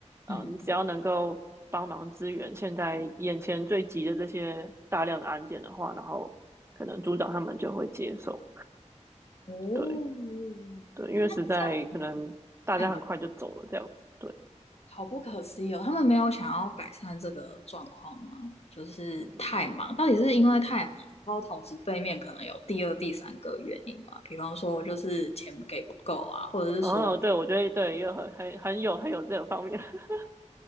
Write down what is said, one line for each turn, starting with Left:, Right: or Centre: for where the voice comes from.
Right: 啊、
Left: 嗯，
Right: 呃你只要能够帮忙支援现在眼前最急的这些大量的案件的话，然后可能组长他们就会接受。
Left: 哦，
Right: 对对，因为实在可能大家很快就走了这样子。
Left: 那这样太忙，
Right: 对，
Left: 好不可思议哦。他们没有想要改善这个状况吗？就是太忙，
Right: 嗯。
Left: 到底是因为太忙，然后同时背面可能有第二、第三个原因嘛？比方说就是钱给不够啊，或者是说
Right: 哦，对，我觉得对，也很很很有很有这个方面，<laughs>